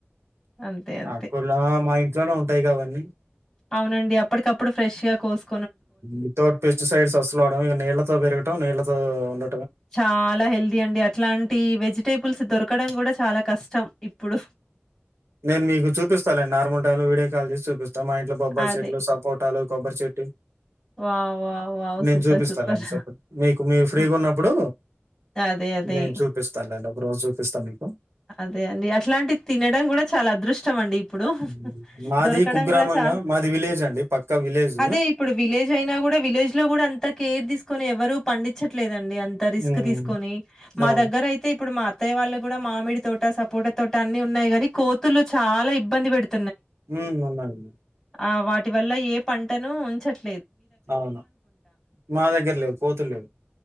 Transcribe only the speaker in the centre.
అంతే అంతే
అవునండి అప్పటికప్పుడు ఫ్రెష్ గా కోస్త
చాలా హెల్దీ అండి అట్లాంటి వెజి ేబుల్స్ దొరకడం కూడా చాలా కష్టం ఇప్పుడు
అదే
వావ్! వావ్! వావ్!
సూపర్
సూపర్
హ్మ్.
అదే అదే
అదే అండి అట్లాంటివి తినడం కూడా చాలా అదృష్టం అండి ఇప్పుడు
దొరకడం
కూడా చ
అదే ఇప్పుడు విలేజ్ అయినా కూడా విలేజ్ లో కూడా అంత కేర్ తీసుకని ఎవరు పండించట్లేదండి అ రిస్
తీసుకొని మా
దగ్గర అయితే ఇప్పుడు మా అత్తయ్య వాళ్ళు కూడా మామిడి తోట సపోట తోట అన్ని ఉన్నాయి గాని కోతులు చాలా ఇబ్బంది పెడుతు
ఆ వాటి వల్ల ఏ పంటను ఉంచట్